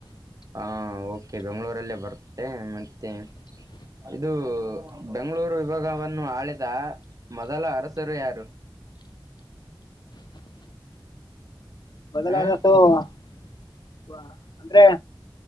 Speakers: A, on the right (about 40°); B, on the left (about 55°).
A: ಹಾ ಓಕೆ ಬೆಂಗಳೂರಿಯಲ್ಲಿ ಬರುತ್ತೆ ಮತ್ತೆ ಇದು ಬೆಂಗಳೂರು ವಿಭಾಗವನ್ನು ಆಳಿದ ಮೊದಲ ಅರಸರು ಯಾರು
B: ಮೊದಲಾರಸು
A: ಹ
B: ಹ ಅಂದ್ರೆ